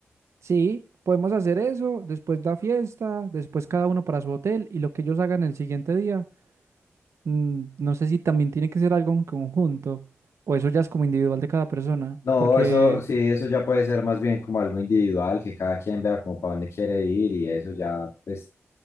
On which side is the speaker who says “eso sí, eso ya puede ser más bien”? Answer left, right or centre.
Left